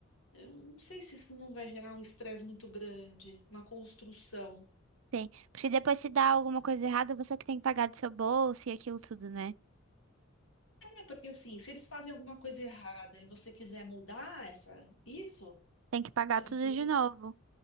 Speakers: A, on the left; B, on the right.
A: Eu não sei se isso não vai gerar um estresse muito grande, uma construção.
B: Sim, porque depois se dá alguma coisa errada, você que tem que pagar do seu bolso e aquilo tudo, né?
A: É, porque assim, se eles fazem alguma coisa errada e você quiser mudar essa, isso,
B: Tem que pagar
A: aí
B: tudo
A: você tem que,
B: de novo.